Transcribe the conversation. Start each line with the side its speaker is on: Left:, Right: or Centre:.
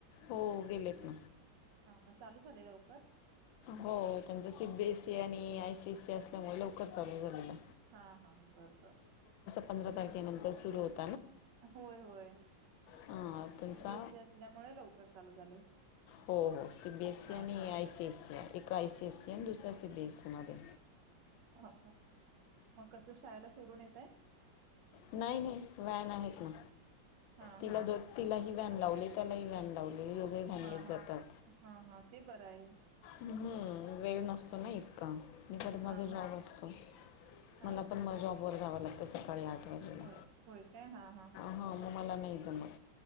Left: हो गेलेत.
Right: हा चालू झाले लवकर?
Left: हो त्यांच सी. बी. एसई आणि आय. सी. ए. ससी असल्यामुळे लवकर चालू झालेलं ना.
Right: हा हा बर, बर.
Left: पंधरा तारखेनंतरू सुरू होते.
Right: होय-होय. सी.
Left: हां त्यांचा
Right: बी. एस. सी असल्यामुळे लवकर चालू झाले.
Left: हो, हो सी. बी. एस. सी.
Right: हा
Left: आणि
Right: हा
Left: आय. सी. एसी. एक आय. सी. एसी. आणि दुसर एसी बी. एसी. मध्ये.
Right: हा का, मग कसं शाळेला सोडून येताय.
Left: नाही-नाही व्हॅन आहेत ना.
Right: हा
Left: तिला
Right: हा
Left: दोन तिलाही. व्हॅन लावली, त्याला व्व्हॅन लावली. दोघे व्हॅननेच
Right: हा,
Left: जातात.
Right: ह हा, हा ते बरं आहे.
Left: हम्म वेळ नसतो ना. इतका. आणि पण माझा
Right: हा
Left: जॉब
Right: हा
Left: असतो,
Right: हा
Left: मला पण म जॉबवर जावं लागतं सकाळी आठ वाजेला
Right: हो होय-काय हा हा.
Left: हां मग मला नाही जमत,